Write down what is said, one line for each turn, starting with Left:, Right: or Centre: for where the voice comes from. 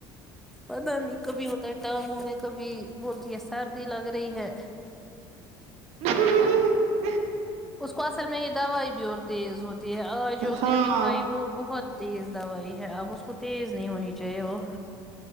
Centre: پتا نہیں کبھی ہوتا ہے ٹانگوں میں کبھی بولتی ہے سردی لگ رہی ہے
Right: ہ ہ ہ
Centre: اس کو اصل میں یہ دوائی بھی اور تیز ہوتی ہے آج جو اس
Right: ہاں
Centre: نے ابھی کھائی وہ بہت تیز دوائی ہے اب اس کو تیز نہیں ہونی چاہیے وہ